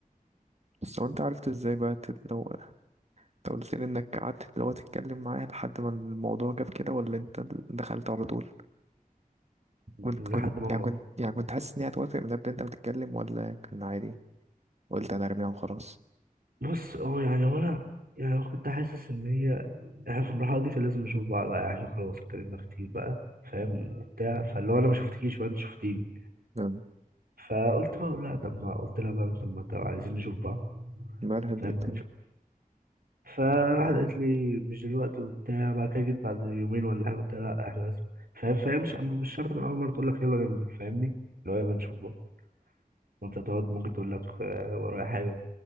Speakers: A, on the right (about 45°); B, on the right (about 80°).
A: بس هو انت عرفت ازاي بقى تتلو انت قلت لي انك قعدت تتلو تتكلم معاه لحد ما الموضوع جاب كده ولا انت دخلت على طول كنت
B: لحد
A: كنت
B: ما
A: يعني كنت يعني كنت حاسس ان هي هتوافق من قبل انت بتتكلم ولا كان عادي قلت انا ارميها وخلاص
B: بص اه يعني هو انا يعني أنا كنت حاسس ان هي احنا في المرحلة دي كان لازم نشوف بعض بقى يعني احنا خلاص اتكلمنا كتير بقى فاهم وبتاع فاللي هو انا ما شفتكيش وانت شفتيني
A: مم.
B: فقلت بقى لا طب ما قلت لها بقى طب ما طب عايزين نشوف بعض
A: امبارح اديت
B: فاهم فراحت قالت لي مش دلوقتي وبتاع بعد كده جيت بعد يومين ولا حاجه قلت لها لا احنا لازم فاهم فهي مش مش شرط من اول مره تقول لك يلا ننزل فاهمني اللي هو يلا نشوف بعض وانت تقعد ممكن تقول لك آه، ورايا حاجه